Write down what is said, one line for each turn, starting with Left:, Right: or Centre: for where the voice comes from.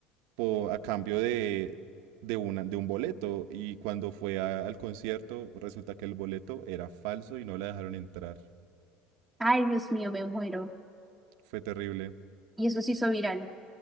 Right: po- a cambio de, de una, de un boleto. Y cuando fue a- al concierto, resulta que el boleto era falso y no la dejaron entrar.
Centre: Ay, Dios mío, me muero.
Right: Fue terrible.
Centre: Y eso se hizo viral